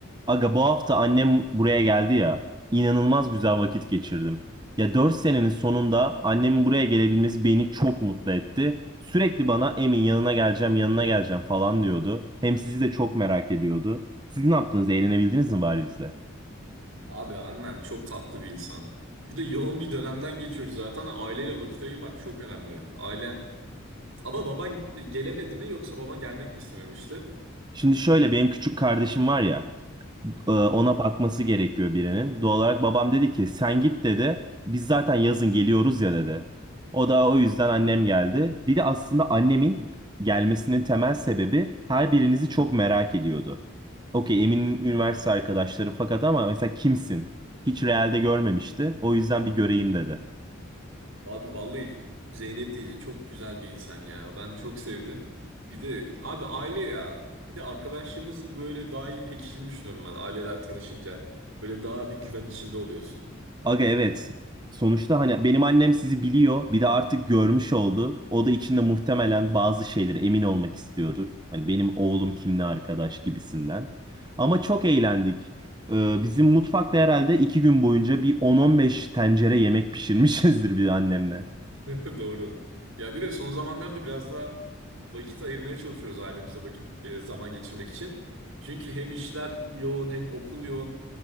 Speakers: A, on the right (about 20°); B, on the right (about 75°).
A: Aga bu hafta annem buraya geldi ya. İnanılmaz güzel vakit geçirdim. Ya 4 senenin sonunda annemin buraya gelebilmesi beni çok mutlu etti. Sürekli bana Emin yanına geleceğim, yanına geleceğim falan diyordu. Hem sizi de çok merak ediyordu. Siz ne yaptınız? Eğlenebildiniz mi bari bizde?
B: Abi annen çok tatlı bir insan. Bir de yoğun bir dönemden geçiyoruz zaten. Aileyle vakit ayırmak çok önemli. Ailen... Ama baban gelemedi mi yoksa baban gelmek mi istememişti?
A: Şimdi şöyle benim küçük kardeşim var ya. Ee, Ona bakması gerekiyor birinin. Doğal olarak babam dedi ki sen git dedi. Biz zaten yazın geliyoruz ya dedi. O da o yüzden annem geldi. Bir de aslında annemin gelmesinin temel sebebi her birinizi çok merak ediyordu. Okey Emin'in
B: <laughs>
A: üniversite arkadaşları fakat ama mesela kimsin? Hiç realde görmemişti. O yüzden bir göreyim dedi.
B: Abi vallahi Zeynep teyze çok güzel bir insan ya. Ben çok sevdim. Bir de abi aile ya. Bir de arkadaşlığımız böyle daha iyi pekiştiğini düşünüyorum ben aileler tanışınca. Böyle daha bir güven içinde oluyorsun.
A: Aga evet. Sonuçta hani benim annem sizi biliyor. Bir de artık görmüş oldu. O da içinde muhtemelen bazı şeylere emin olmak istiyordur. Hani benim oğlum kimle arkadaş gibisinden. Ama çok eğlendik. Ee, bizim mutfakta herhalde iki gün boyunca bir 10-15 tencere yemek pişirmişizdir bir annemle.
B: <laughs> Doğru. Ya bir de son zamanlarda biraz daha vakit ayırmaya çalışıyoruz ailemize vakit e, zaman geçirmek için. Çünkü hem işler yoğun hem okul yoğun.